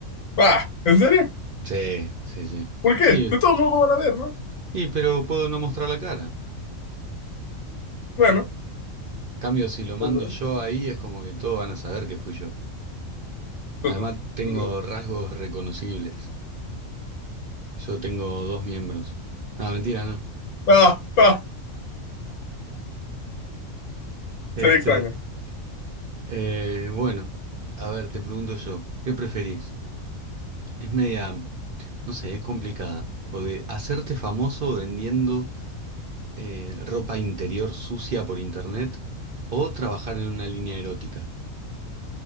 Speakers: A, on the left (about 70°); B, on the right (about 60°).
A: Ah, ¿en serio?
B: Sí, sí, sí.
A: ¿Por qué?
B: Sí,
A: De todo modo van a ver, ¿no?
B: y, pero puedo no mostrar la cara.
A: Bueno,
B: Cambio, si lo mando
A: es verdad,
B: yo ahí es como que todos van a saber que fui yo. Además,
A: es verdad,
B: tengo
A: es verdad.
B: rasgos reconocibles. Yo tengo dos miembros. No, mentira, no.
A: Ah, ah,
B: Este,
A: sería extraño.
B: eh, bueno, a ver, te pregunto yo, ¿qué preferís? Es media, no sé, es complicada. O de hacerte famoso vendiendo eh, ropa interior sucia por internet o trabajar en una línea erótica.